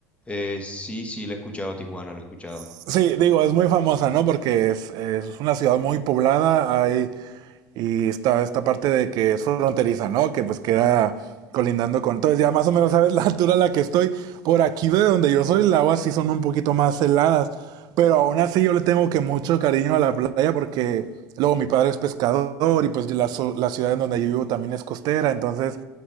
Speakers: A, on the left; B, on the right.
A: Eh, sí, sí, lo he escuchado, Tijuana, lo he escuchado.
B: Sí, digo, es muy famosa, ¿no? Porque es, es una ciudad muy poblada, hay Y está esta parte de que es fronteriza, ¿no? Que pues queda colindando con... Entonces ya más o menos sabes la altura a la que estoy. Por aquí de donde yo soy, el agua sí son un poquito más heladas. Pero aún así yo le tengo que mucho cariño a la playa porque luego mi padre es pescador y pues la, zo- la ciudad en donde yo vivo también es costera. Entonces,